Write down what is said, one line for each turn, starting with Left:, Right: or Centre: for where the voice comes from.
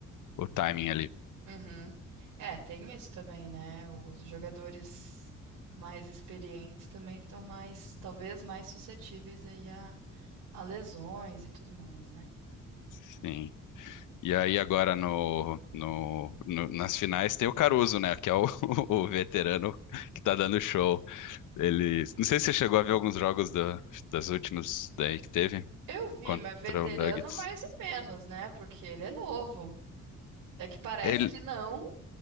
Left: o timing ali.
Right: Uhum. É, tem isso também, né? Os jogadores mais experientes também estão mais, talvez mais suscetíveis aí a, a lesões e tudo mais, né?
Left: Sim. E aí agora no, no, no- nas finais tem o Caruso, né? Que é o, <laughs> o veterano que tá dando show. Ele, não sei se você chegou a ver alguns jogos do- das últimas daí que teve
Right: Eu vi,
Left: contra
Right: mas veterano
Left: o Nuggets.
Right: mais ou menos, né? Porque ele é novo. É que parece
Left: Ele,
Right: que não,